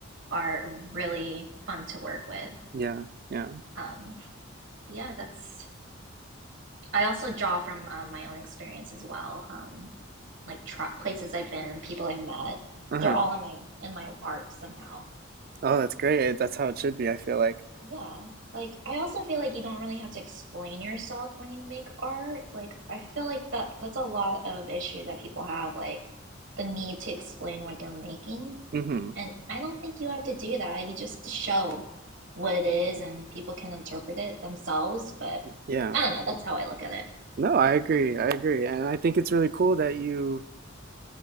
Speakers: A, on the right; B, on the right.
A: are really fun to work with.
B: Yeah. Yeah.
A: Um, yeah, that's I also draw from um, my own experience as well. Um, like tra- places I've been, people I've met,
B: Uh-huh.
A: they're all in my in my art somehow.
B: Oh, that's great. That's how it should be, I feel like.
A: Yeah. Like I also feel like you don't really have to explain yourself when you make art. Like I feel like that that's a lot of issues that people have, like the need to explain what they're making.
B: hmm
A: And I don't think you have to do that. You just have to show what it is and people can interpret it themselves, but
B: Yeah,
A: I
B: for
A: don't know,
B: sure.
A: that's how I look at it.
B: No, I agree. I agree. And I think it's really cool that you